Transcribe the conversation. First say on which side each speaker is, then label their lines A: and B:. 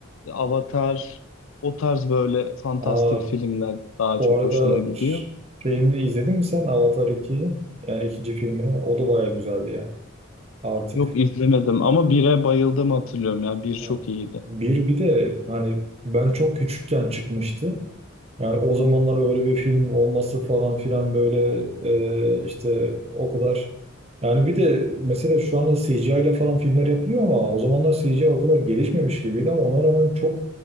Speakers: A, on the left (about 75°); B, on the right (about 30°).
A: Avatar o tarz böyle fantastik
B: Aa,
A: filmler daha
B: bu
A: çok
B: arada
A: hoşuma gidiyor.
B: ş- şeyini izledin mi sen Avatar 2'yi? Yani ikinci filmini. O da baya güzeldi yani. Artık
A: Yok izlemedim ama bire bayıldım hatırlıyorum ya. Bir çok
B: ha,
A: iyiydi.
B: bir bir de hani ben çok küçükken çıkmıştı. Yani o zamanlar
A: Hı hı.
B: öyle bir film olması falan filan böyle e, işte o kadar. Yani bir de mesela şu anda CGI ile falan filmler yapılıyor ama o zamanlar CGI o kadar gelişmemiş gibiydi ama ona rağmen çok